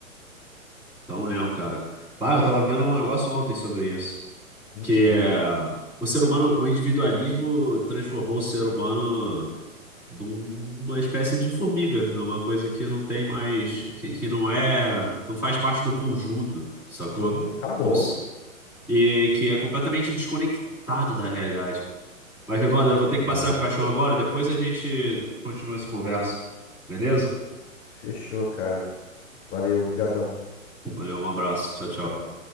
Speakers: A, in the centre; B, on the left.
A: Tá mesmo, cara. Bah, eu tava vendo um negócio ontem sobre isso.
B: Então,
A: Que é,
B: cara.
A: o ser humano, o individualismo transformou o ser humano numa espécie de formiga, numa coisa que não tem mais, que, que não é, não faz parte do conjunto, sacou?
B: Sim, acabou.
A: Como se- e que é completamente desconectado da realidade. Mas, meu brother, eu vou ter que
B: É.
A: passar o cachorro agora, depois a gente continua essa conversa. Beleza?
B: Fechou, cara. Valeu, obrigadão.
A: Valeu, um abraço. Tchau, tchau.
B: Tchau.